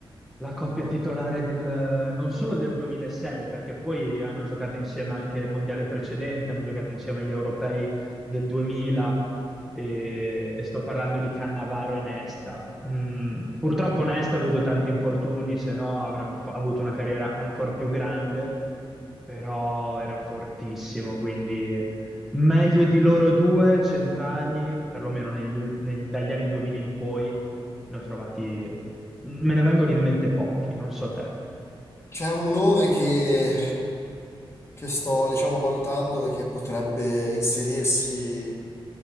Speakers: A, in the centre; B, on the left.
A: la coppia titolare del, non solo del 2006, perché poi hanno giocato insieme anche il mondiale precedente, hanno giocato insieme agli europei del 2000 e, e sto parlando di Cannavaro e Nesta. Mm, purtroppo Nesta ha avuto tanti infortuni, se no avrebbe fa- avuto una carriera ancora più grande, però era fortissimo, quindi meglio di loro due centrali, perlomeno negli ul- nel- dagli anni 2000 in poi, ne ho trovati, me ne vengono in mente pochi, non so te.
B: C'è un nome che che sto, diciamo, valutando e che potrebbe inserirsi